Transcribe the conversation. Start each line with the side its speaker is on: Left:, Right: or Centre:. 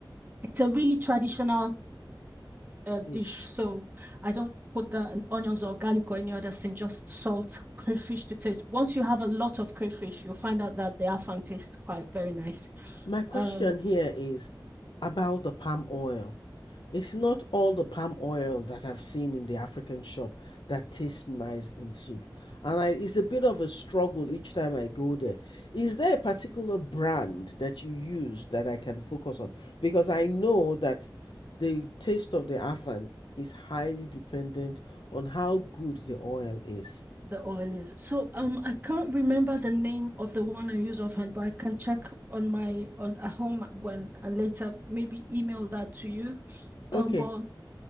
Right: it's a really traditional uh,
Left: Dish.
Right: dish. So I don't put the onions or garlic or any other thing. Just salt, crayfish to taste. Once you have a lot of crayfish, you'll find out that the afang tastes quite very nice.
Left: My question
Right: Um,
Left: here is about the palm oil. It's not all the palm oil that I've seen in the African shop that tastes nice in soup. And I, it's a bit of a struggle each time I go there. Is there a particular brand that you use that I can focus on? Because I know that the taste of the afan is highly dependent on how good the oil is.
Right: The oil is. So um
Left: Yeah.
Right: I can't remember the name of the one I use offhand, but I can check on my on at home when and later maybe email that to you.
Left: Okay.
Right: Um but